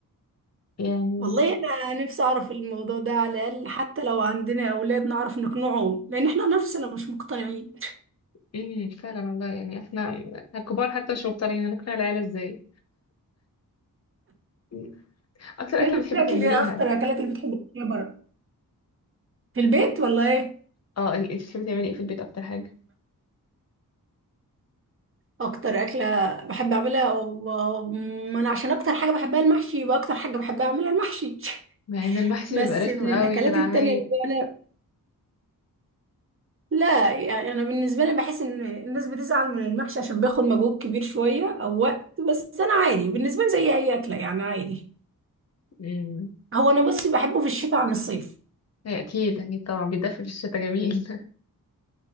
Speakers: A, on the left; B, on the right.
A: يعني
B: والله انا نفسي اعرف الموضوع ده على الاقل حتى لو عندنا اولاد نعرف نقنعهم لان احنا نفسنا مش مقتنعين
A: امم فعلا والله يعني احنا احنا كبار حتى مش مقتنعين هنقنع العيال ازاي مم. اكتر
B: ايه
A: اكله
B: الاكل
A: بتحبي تعمليها
B: ايه اكتر الاكلات اللي بتحب تاكلها بره في البيت ولا ايه
A: اه انت بتحبي تعملي ايه في البيت اكتر حاجه
B: اكتر اكله بحب اعملها و- ما انا عشان اكتر حاجه بحبها المحشي يبقى اكتر حاجه بحب اعملها المحشي <laughs>
A: مع ان المحشي
B: بس
A: بيبقى رخم
B: من
A: قوي
B: الاكلات
A: في العمايل
B: التانية اللي انا لا يعني انا بالنسبه لي بحس ان الناس بتزعل من المحشي عشان بياخد مجهود كبير شويه او وقت بس انا عادي بالنسبه لي زي اي اكله يعني عادي
A: امم
B: هو انا بصي بحبه في الشتاء عن الصيف
A: هي اكيد اكيد طبعا بيتدفى في الشتاء جميل